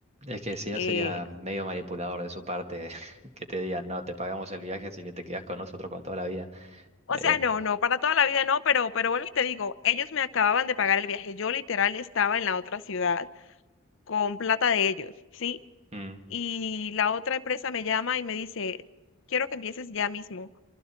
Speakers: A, on the right; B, on the left.
A: es que si
B: Eh,
A: no sería medio manipulador de su parte <laughs> que te digan, no, te pagamos el viaje, así que te quedas con nosotros para toda la vida.
B: o
A: Medio.
B: sea, no, no, para toda la vida no, pero, pero vuelvo y te digo, ellos me acababan de pagar el viaje. Yo literal estaba en la otra ciudad con plata de ellos, ¿sí?
A: mm,
B: Y la otra empresa me llama y me dice, quiero que empieces ya mismo.